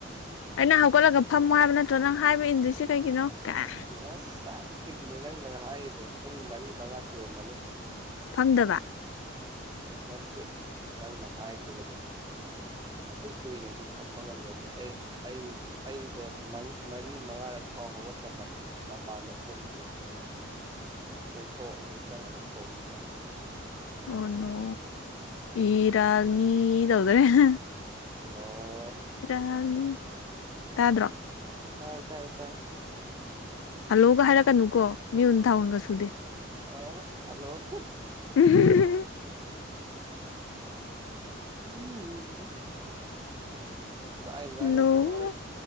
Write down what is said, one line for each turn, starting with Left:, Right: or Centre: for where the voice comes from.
Left: ꯑꯩꯅ ꯍꯧꯒꯠꯂꯒ ꯐꯝꯃꯣ ꯍꯥꯏꯕ ꯅꯠꯇ꯭ꯔꯣ ꯅꯪ ꯍꯥꯏꯕ ꯏꯟꯗꯣꯏꯁꯤ ꯀꯩꯒꯤꯅꯣ ꯀꯥꯏ
Right: ꯉꯥꯏꯁꯥꯗꯒꯤꯅꯦ ꯅꯪ ꯅ ꯍꯥꯏꯗꯣ ꯄꯨꯡ ꯃꯔꯤ ꯃꯉꯥ ꯁꯨꯔꯝꯃꯅꯤ
Left: ꯐꯪꯗꯕ
Right: ꯅꯠꯇꯦ ꯅꯪꯅ ꯍꯥꯏꯒꯗ ꯑꯗꯨ ꯀꯨꯏꯅꯗꯤ ꯐꯝꯕ ꯉꯝꯗꯕꯅꯤ ꯑꯩ ꯑꯩꯁꯦ ꯃꯔꯤ ꯃꯉꯥꯔꯛ ꯑꯣ ꯍꯣ ꯍꯧꯒꯠꯂꯝꯕꯅꯤ ꯃꯥꯄꯥꯟꯗ ꯊꯣꯛꯈꯤꯕ
Left: <inaudible>
Right: ꯑꯃꯨꯛ ꯊꯣꯛ ꯑꯃꯨꯛ ꯆꯪ ꯑꯃꯨꯛ ꯊꯣꯛ ꯑꯃꯨꯛ ꯆꯪꯁꯤ
Left: ꯑꯣ ꯅꯣ ꯏꯔꯥꯜꯅꯤ <unintelligible>
Right: ꯍꯜꯂꯣ
Left: ꯌꯥꯅꯤ ꯇꯥꯗ꯭ꯔꯣ
Right: ꯍꯥꯏ ꯇꯥꯏ ꯇꯥꯏ
Left: ꯍꯜꯂꯣꯒ ꯍꯥꯏꯔꯛꯀꯅꯨꯀꯣ ꯃꯤꯍꯨꯟ ꯊꯥꯟꯍꯨꯟꯒ ꯁꯨꯗꯦ
Right: ꯑ ꯍꯜꯂꯣ
Left: <unintelligible>
Right: <unintelligible> ꯆꯥꯛ ꯍꯤꯡꯖꯥꯡꯒ
Left: ꯅꯣꯡꯃ
Right: ꯊꯣꯡꯉꯥꯔꯣꯏ